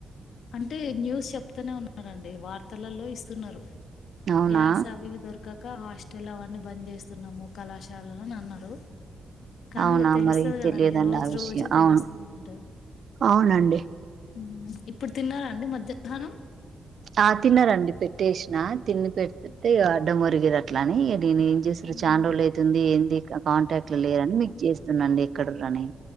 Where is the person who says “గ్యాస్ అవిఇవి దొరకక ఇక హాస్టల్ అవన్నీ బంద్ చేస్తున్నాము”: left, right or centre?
Left